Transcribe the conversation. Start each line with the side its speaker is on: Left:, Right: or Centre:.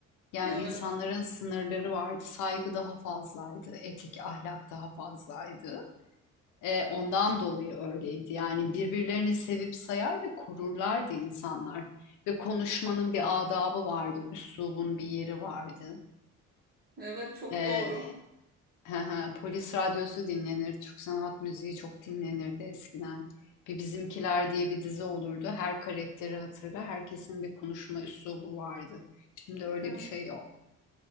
Left: Yani
Right: Evet.
Left: insanların sınırları vardı, saygı daha fazlaydı, etik, ahlak daha fazlaydı. E, ondan dolayı öyleydi. Yani birbirlerini sevip sayar ve korurlardı insanlar. Ve konuşmanın bir adabı vardı, üslubun bir yeri vardı.
Right: Evet çok
Left: E,
Right: doğru.
Left: Hı hı, Polis radyosu dinlenir, Türk sanat müziği çok dinlenirdi eskiden. Bir Bizimkiler diye bir dizi olurdu. Her karakteri hatırla, herkesin bir konuşma üslubu vardı. Şimdi öyle
Right: Evet
Left: bir şey yok.